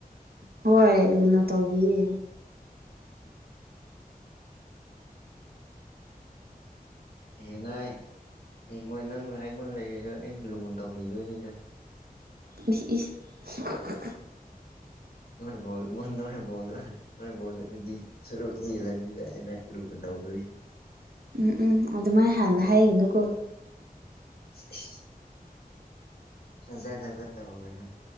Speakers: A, on the right; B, on the left.
A: ꯍꯣꯏ ꯂꯨꯅ ꯇꯧꯕꯤꯌꯦ
B: ꯎꯝ ꯍꯌꯦꯉꯥꯏ ꯍꯌꯦꯡꯋꯥꯏ ꯅꯪꯅ ꯑꯩꯉꯣꯟ ꯂꯩꯔꯖꯨ ꯑꯩꯅ ꯂꯨꯅ ꯇꯧꯕꯤꯗꯣꯏꯅꯤꯗ꯫
A: ꯏꯁ ꯏꯁ <unintelligible>
B: ꯅꯣꯏꯕꯣꯗꯨ ꯃꯨ ꯅꯣꯏꯕꯣꯗ ꯅꯣꯏ ꯕꯣꯗ ꯗꯒꯤ ꯁꯔꯨꯛ ꯍꯦꯜꯂꯅꯤꯗ ꯑꯩꯅ ꯂꯨꯅ ꯇꯧꯗꯣꯏꯁꯤ꯫
A: ꯎꯝ ꯎꯝ ꯑꯗꯨꯃꯥꯏꯅ ꯍꯥꯟꯅ ꯍꯥꯏꯒꯅꯨꯀꯣ
B: <inaudible> ꯖꯗ ꯄꯠꯇ ꯍꯒꯦꯅꯣ <inaudible>